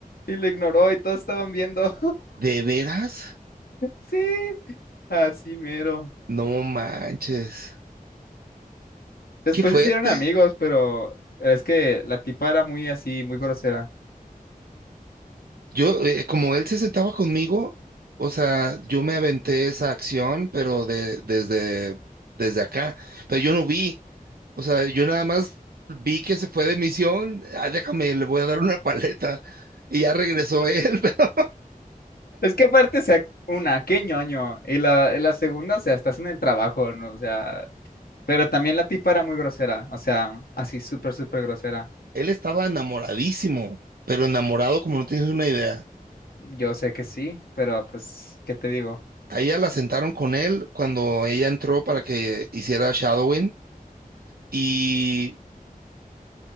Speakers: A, on the left; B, on the right.
A: y lo ignoró y todos estaban viendo.
B: ¿De veras?
A: Sí, así mero.
B: No manches.
A: Después
B: Qué fuerte.
A: se hicieron amigos, pero es que la tipa era muy así, muy grosera.
B: Yo, eh, como él se sentaba conmigo, o sea, yo me aventé esa acción, pero de, desde, desde acá, pero yo no vi, o sea, yo nada más vi que se fue de misión, ah, déjame, le voy a dar una paleta, y ya regresó él, <laughs> pero
A: Es que aparte, o sea, una, qué ñoño. Y la, y la segunda, o sea, estás en el trabajo, ¿no? O sea, pero también la tipa era muy grosera, o sea, así súper, súper grosera.
B: él estaba enamoradísimo, pero enamorado como no tienes una idea.
A: Yo sé que sí, pero pues, ¿qué te digo?
B: Ahí ya la sentaron con él cuando ella entró para que hiciera shadowing, y